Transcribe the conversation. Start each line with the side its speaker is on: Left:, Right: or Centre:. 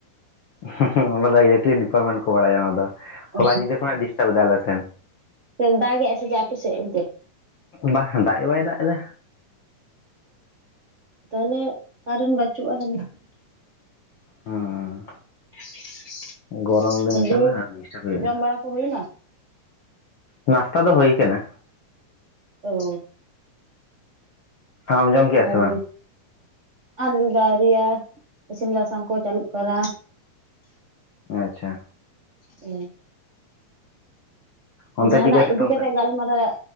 Left: ᱦᱩ, ᱦᱩ, ᱚᱱᱟ ᱫᱚ ᱤᱞᱮᱠᱴᱨᱤᱠ ᱰᱤᱯᱟᱨᱴᱢᱮᱱᱴ ᱠᱚ ᱵᱟᱲᱟᱭᱟ, ᱚᱱᱟ ᱫᱚ? ᱦᱚᱞᱟ
Right: ᱚ
Left: ᱧᱤᱫᱟᱹᱠᱷᱚᱱᱮ ᱰᱤᱥᱴᱟᱵ ᱫᱟ ᱟᱞᱮ ᱥᱮᱱ᱾
Right: ᱦᱚᱸ ᱫᱟᱜᱮᱜᱼᱟ ᱥᱮ ᱪᱮᱫ ᱟᱯᱮ ᱥᱮᱫ ᱚᱱᱛᱮ?
Left: ᱵᱟ ᱫᱟᱜ ᱜᱮ ᱵᱟᱭ, ᱫᱟᱜ ᱫᱟ᱾
Right: ᱛᱟᱦᱚᱞᱮ ᱠᱟᱨᱮᱱ ᱵᱟᱹᱪᱩᱜᱼᱟ, ᱡᱟᱱᱤᱡ
Left: ᱦᱩᱸ,
Right: <unintelligible> <inaudible>
Left: ᱜᱚᱨᱚᱢ ᱫᱤᱱ
Right: ᱫᱤᱭᱮ
Left: ᱠᱟᱱᱟ, ᱰᱤᱥᱴᱟᱯ ᱦᱳᱭᱳᱜᱼᱟ᱾
Right: ᱡᱚᱢ ᱵᱟᱲᱟ ᱠᱚ ᱦᱩᱭᱱᱟ?
Left: ᱱᱟᱥᱛᱟ ᱫᱚ, ᱦᱳᱭ ᱠᱟᱱᱟ᱾
Right: ᱚ,
Left: ᱟᱢ ᱡᱚᱢ ᱠᱮᱜᱼᱟ
Right: ᱵᱷᱟᱜᱮ
Left: ᱥᱮ ᱵᱟᱝ
Right: ᱜᱮ, ᱟᱞᱮᱫᱚ ᱟᱣᱨᱤᱭᱟ ᱤᱥᱤᱱ ᱵᱟᱥᱟᱝ ᱠᱚ ᱪᱟᱹᱞᱩᱜ ᱠᱟᱱᱟ᱾
Left: ᱟᱪᱪᱷᱟ,
Right: ᱦᱮᱸ,
Left: ᱚᱱᱛᱮ
Right: ᱡᱟᱦᱟᱱᱟᱜ
Left: ᱪᱮᱫᱠᱟᱭ ᱥᱤᱛᱩᱝ
Right: ᱤᱫᱤ ᱠᱟᱛᱮᱜ
Left: ᱠᱟᱱᱟ
Right: ᱜᱟᱞᱢᱟᱨᱟᱨᱟᱜ